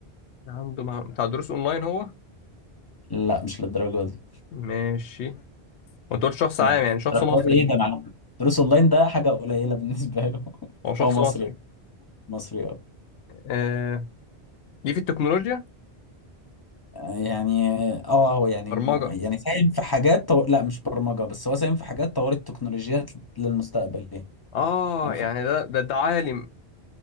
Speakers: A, on the left; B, on the left.
A: عنده مع... بتاع دروس أونلاين هو
B: لا مش للدرجه دي
A: ماشي وأنت قلت شخص
B: يعني
A: عام يعني شخص
B: الدرجة
A: مصري
B: دي ايه ده معلومات دروس اونلاين ده حاجه قليله بالنسبه له <laughs>
A: هو شخص
B: هو مصري
A: مصري
B: مصري اه
A: آه ليه في التكنولوجيا
B: آه، يعني اه هو يعني
A: برمجة
B: م- يعني ساهم في حاجات طو... لا مش برمجه بس هو ساهم في حاجات طورت التكنولوجيات للمستقبل يعني
A: آه
B: انا
A: يعني
B: خ...
A: ده ده ده عالم